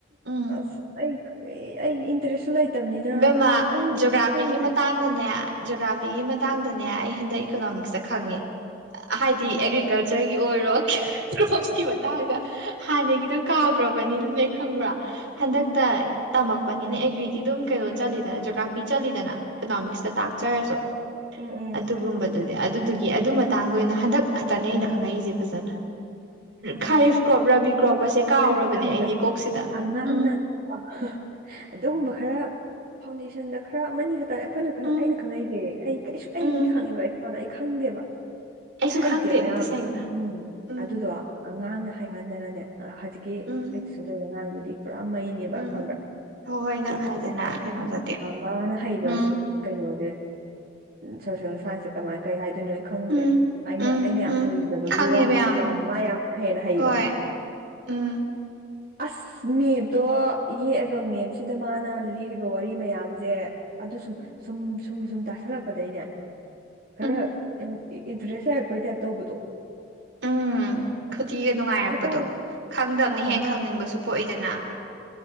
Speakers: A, on the right; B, on the right.
A: ꯎꯝ
B: ꯑꯁ ꯑꯩ ꯑꯩ ꯏꯟꯇꯔꯦꯁꯁꯨ ꯂꯩꯇꯕꯅꯤꯅ
A: ꯏꯕꯦꯝꯃ
B: ꯈꯪꯁꯨ
A: ꯖꯣꯒ꯭ꯔꯥꯐꯤꯒꯤ
B: ꯈꯪꯗ꯭ꯔꯦ
A: ꯃꯇꯥꯡꯗꯅꯦ ꯖꯣꯒ꯭ꯔꯥꯐꯤꯒꯤ ꯃꯇꯥꯡꯗꯅꯦ ꯅꯦ ꯑꯩ ꯍꯟꯗꯛ ꯏꯀꯣꯅꯣꯃꯤꯛꯁꯇ ꯈꯪꯉꯦ ꯍꯥꯏꯗꯤ
B: ꯎꯝ
A: ꯑꯦꯒ꯭ꯔꯤꯀꯜꯆꯔꯒꯤ ꯑꯣꯏꯔꯣ ꯀ꯭ꯔꯣꯞꯁꯀꯤ ꯃꯇꯥꯡꯗ ꯍꯥꯟꯅꯒꯤꯗ ꯀꯥꯎꯈ꯭ꯔꯕꯅꯤꯅꯅꯦ ꯈꯪꯕ꯭ꯔꯥ ꯍꯟꯗꯛꯇ
B: ꯎꯝ
A: ꯇꯝꯃꯛꯄꯅꯤꯅ ꯑꯦꯒ꯭ꯔꯤꯗꯤ ꯑꯗꯨꯝ ꯀꯩꯅꯣ ꯆꯠꯂꯤꯗꯅ ꯖꯣꯒ꯭ꯔꯥꯐꯤ ꯆꯠꯂꯤꯗꯅ ꯏꯀꯣꯅꯣꯃꯤꯛꯁꯇ ꯇꯥꯛꯆꯔꯁꯨ
B: ꯎꯝ ꯎꯝ
A: ꯑꯗꯨꯒꯨꯝꯕꯗꯨ ꯑꯗꯨꯗꯨꯒꯤ ꯑꯗꯨ ꯃꯇꯥꯡꯗ ꯑꯣꯏꯅ ꯍꯟꯗꯛ ꯈꯛꯇꯅꯩ ꯈꯪꯉꯛꯏꯁꯦ ꯐꯖꯅ
B: ꯑꯣ
A: ꯈꯔꯤꯐ ꯀ꯭ꯔꯣꯞ ꯔꯥꯕꯤ ꯀ꯭ꯔꯣꯞꯀꯁꯦ
B: ꯑꯗꯣ
A: ꯀꯥꯎꯔꯕꯅꯦ
B: ꯈꯪꯕ꯭ꯔꯥ
A: ꯑꯩꯗꯤ ꯀꯣꯛꯁꯤꯗ
B: ꯑꯉꯥꯡꯅ
A: ꯎꯝ
B: ꯑ ꯑꯗꯨꯒꯨꯝꯕ ꯈꯔ ꯐꯥꯎꯟꯗꯦꯁꯟꯗ ꯈꯔ ꯃꯅꯤ ꯈꯛꯇꯅꯦ ꯑꯩꯈꯣꯏꯅ
A: ꯎꯝ
B: ꯑꯩꯅ ꯈꯪꯅꯛꯏꯁꯦ ꯑꯩ ꯀꯩꯁꯨ ꯑꯩꯒꯤ
A: ꯎꯝ
B: ꯈꯪꯉꯤꯕ ꯏꯁꯥꯅ ꯑꯩ ꯈꯪꯗꯦꯕ
A: ꯑꯩꯁꯨ
B: ꯑꯩ ꯍꯩꯇꯦꯕ
A: ꯈꯪꯗꯦ
B: ꯌꯥꯝꯅ
A: ꯇꯁꯦꯡꯅ
B: ꯎꯝ
A: ꯎꯝ
B: ꯑꯗꯨꯗꯣ ꯑꯉꯥꯡꯅ ꯍꯥꯏꯃꯟꯗꯅꯅꯦ ꯍꯧꯖꯤꯛꯀꯤ
A: ꯎꯝ
B: ꯑꯩ ꯇꯨꯁꯟꯗꯧꯔꯤꯗ ꯑꯉꯥꯡꯗꯨꯗꯤ ꯄꯨꯔꯥ ꯃꯩꯅꯦꯕ
A: ꯎꯝ
B: ꯈꯪꯕ꯭ꯔꯥ
A: ꯍꯣꯏ ꯍꯣꯏ ꯅꯪ ꯍꯥꯏꯗꯅ ꯀꯩꯅꯣꯗꯗꯤ
B: ꯃꯥꯅ ꯍꯩꯕ
A: ꯎꯝ
B: ꯀꯩꯅꯣ ꯁꯣꯁꯦꯜ ꯁꯥꯏꯟꯁꯁꯦ ꯀꯃꯥꯏ ꯀꯩ ꯍꯥꯏ ꯣꯏꯅꯣ ꯑꯩ ꯈꯪꯗ꯭ꯔꯦ
A: ꯎꯝ
B: ꯑꯩꯅ
A: ꯎꯝ
B: ꯑꯩꯅ ꯌꯥꯝ
A: ꯎꯝ
B: ꯍꯩꯔꯨꯗꯕꯒꯤ
A: ꯈꯪꯉꯦꯕ
B: ꯋꯥ ꯈꯛ
A: ꯌꯥꯝꯅ
B: ꯅꯠꯇꯅ ꯃꯥ ꯌꯥꯝ ꯍꯦꯟꯅ ꯍꯩꯕ
A: ꯍꯣꯏ ꯎꯝ
B: ꯑꯁ ꯃꯦꯞꯇꯣ ꯌꯦꯛꯑꯒ ꯃꯦꯞꯁꯤꯗ ꯃꯥꯅ ꯂꯤ ꯋꯥꯔꯤ ꯃꯌꯥꯝꯁꯦ ꯑꯗꯨ ꯁꯨꯝ
A: ꯎꯝ
B: ꯁꯨꯝ ꯁꯨꯝ ꯁꯨꯝ ꯇꯥꯁꯜꯂꯛꯄꯗꯒꯤꯅꯦ ꯈꯔ
A: ꯎꯝ
B: ꯏꯟꯇꯔꯦꯁ ꯂꯩꯔꯛꯄꯩ ꯇꯥꯏꯞ ꯇꯧꯕꯗꯣ
A: ꯎꯝ ꯈꯨꯗꯤꯒ ꯅꯨꯡꯉꯥꯏꯔꯛꯄꯗꯣ
B: ꯑꯗꯨ ꯇꯧꯔꯦ
A: ꯈꯪꯗꯕꯅꯤ
B: ꯑꯥ ꯑꯥ
A: ꯍꯦ
B: ꯃꯥ
A: ꯈꯪꯅꯤꯡꯕꯁꯨ ꯄꯣꯛꯏꯗꯅ